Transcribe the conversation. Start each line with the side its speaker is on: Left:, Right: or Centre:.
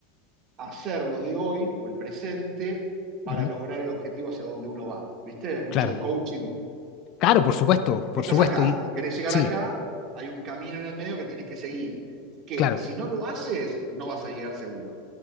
Right: hacerlo de hoy o el presente para
Left: ujú.
Right: lograr el objetivo hacia donde uno va. ¿Viste? Mucho
Left: Claro,
Right: de coaching.
Left: claro, por supuesto, por
Right: Estás
Left: supuesto.
Right: acá,
Left: Y
Right: querés llegar
Left: sí,
Right: acá, hay un camino en el medio que tienes que seguir, que
Left: claro,
Right: si no lo haces, no vas a llegar seguro